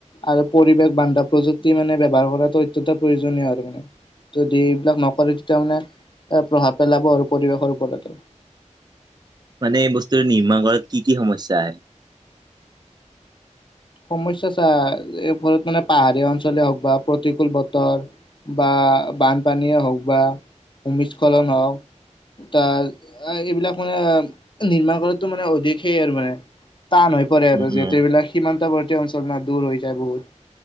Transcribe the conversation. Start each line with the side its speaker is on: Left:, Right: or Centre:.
Left: আৰু পৰিৱেশ বান্ধা প্ৰযুক্তি মানে ব্যয়ৱাৰ কৰাটো অত্যন্ত প্ৰয়োজনীয় আৰু, যদি এইবিলাক নকৰে তেতিয়া মানে এ প্ৰভাৱ পেলাব আৰু পৰিৱেশৰ ওপৰতে,
Right: মানে এই বস্তুৰ নিৰ্মান কৰাত কি কি সমস্যা আহে?
Left: সমস্যা চা এই ফৰত মানে পাহাৰীয়া অঞ্চলে হওক বা প্ৰতিকূুল বতৰ, বা বানপানীয়ে হওক বা ভূমিস্খলন হওক, তাৰ এইবিলাক মানে নিৰ্মাণ কৰাটো মানে অধিক সেই আৰু মানে, টান হৈ পৰে
Right: উম,
Left: আৰু
Right: উম,
Left: যিহেতু এইবিলাক সীমান্তৱৰ্তী অঞ্চল ন, দূৰ হৈ যায় বহুত,